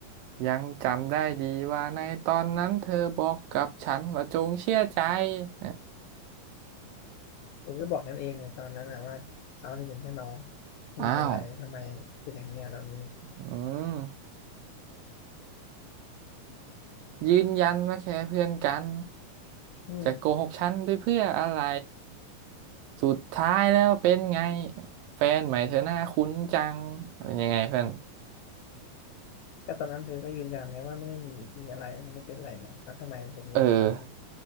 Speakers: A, on the right; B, on the left.
A: ยังจำได้ดีว่าในตอนนั้นเธอบอกกับฉันว่าจงเชื่อใจเนี่ย
B: เองก็บอกกันเองเนี่ยตอนนั้นอ่ะว่าเขาเนี่ยเป็นแค่น้องไม่มีอะไรทำไมเป็นอย่างนี้อ่ะตอนนี้
A: อ้าวอืมยืนยันว่าแค่เพื่อนกัน
B: อืม
A: จะโกหกฉันด้วยเพื่ออะไร สุดท้ายแล้วเป็นไงแฟนใหม่เธอหน้าคุ้นจังเป็นยังไงเพื่อน
B: ก็ตอนนั้นเธอก็ยืนยันเลยว่าไม่ได้มีมีอะไรไม่ได้เป็นอะไรกันแล้วทำไมเป็นอย่างนี้ตอนนี้
A: เออ